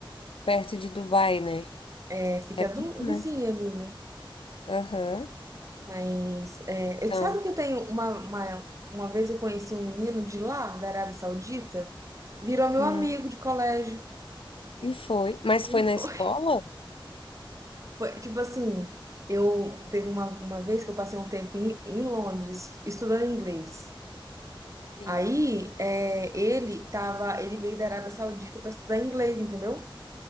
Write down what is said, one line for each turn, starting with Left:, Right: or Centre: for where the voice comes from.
Left: Perto de Dubai, né?
Right: É, fica
Left: É perto,
Right: do,
Left: né?
Right: vizinho ali, né?
Left: Aham.
Right: Mas é,
Left: Então,
Right: eu sabe que eu tenho uma, uma, uma vez eu conheci um menino de lá, da Arábia Saudita, virou meu
Left: hum.
Right: amigo de colégio.
Left: E foi. Mas
Right: <laughs>
Left: foi na escola?
Right: Foi, tipo assim, eu teve uma, uma vez que eu passei um tempo em, em Londres estudando inglês.
Left: Sim.
Right: Aí é, ele tava, ele veio da Arábia Saudita para estudar inglês, entendeu?